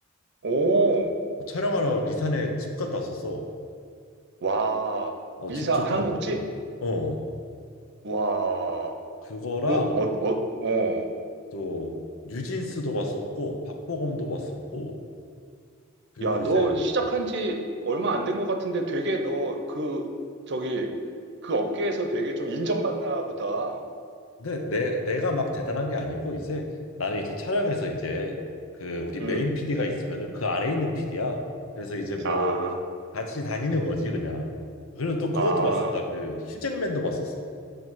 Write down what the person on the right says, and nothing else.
오,
와,
미사
한국집?
와,
그 어, 어, 어.
야,
너 시작한 지 얼마 안 된 것 같은데 되게 너 그, 저기, 그 업계에서 되게 좀 인정받나 보다.
응.
아,
아,